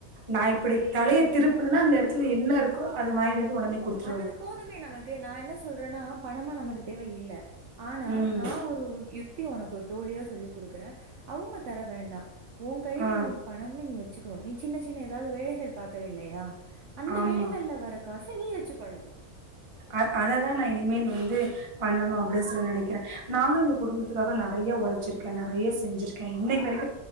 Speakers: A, on the right; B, on the right.
A: நா இப்டி தலைய திருப்புணேன்னா அந்த எடத்துல என்ன இருக்கோ அத வாங்கிட்டு வந்து ஒடனே குடுத்துருவாரு
B: அது இது போதுமே நமக்கு நா என்ன சொல்றேன்னா பணமா நமக்கு தேவ இல்ல ஆனா
A: ம்
B: நா ஒரு யு த்தி‌ ஒனக்கு ஒரு தோழியா சொல்லி் குடுக்குற அவுங்க தர வேண்டா ஒ கையில
A: ஆ
B: நீ பணம்னு நீ வச்சுக்கணு நீ சின்ன சின்ன ஏதாது வேலைகள் பாக்குற இல்லயா அந்த
A: ஆமா
B: வேலைகள்ல வர காச நீ வச்சு பழகு
A: ஆ அததா நா இனிமேல் வந்து பண்ணணு அப்டின்னு சொல்லி நெனைக்கிறே நானு இந்த குடும்பத்துக்காக நெறைய ஒழைச்சிருக்கே நெறைய செஞ்சிருக்கே இன்னைக்கு வரைக்